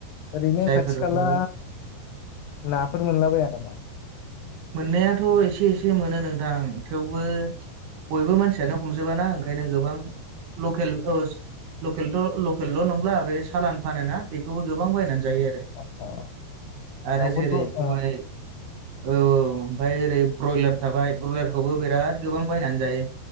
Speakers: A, on the left (about 85°); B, on the right (about 70°).
A: ओरैनो
B: जायफोर
A: खाथि खाला
B: न'
A: नाफोर मोनलाबाया नामा?
B: मोननायाथ' एसे एसे मोनो नोंथां थेवबो बयबो मानसियानो हमजोबाना ओंखायनो गोबां लकेल लकेल लकेलल' नंला बे सालान फानोना बेखौबो गोबां बायनानै जायो आरो
A: अ
B: आरो
A: दाउफोरखौ
B: जेरै
A: अ
B: माने औ ओमफ्राय ओरै ब्रयलार थाबाय ब्रयलारखौबो बिराद गोबां बायनानै जायो।